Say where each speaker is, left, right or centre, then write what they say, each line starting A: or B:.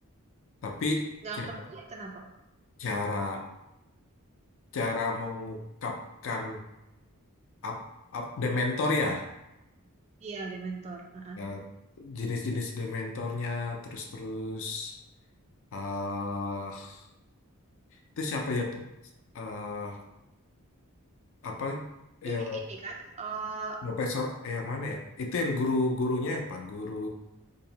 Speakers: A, on the left; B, on the right.
A: Tapi
B: Gak
A: ca-
B: ngerti kenapa.
A: cara cara mengungkapkan up, up Dementor ya
B: Iya, Dementor. Heeh.
A: ya jenis-jenis dementornya terus-terus ah itu siapa ya Pu? Ah, apa
B: Tapi
A: eh,
B: ini kan. eh
A: profesor eh yang mana ya itu yang guru-gurunya yang pak guru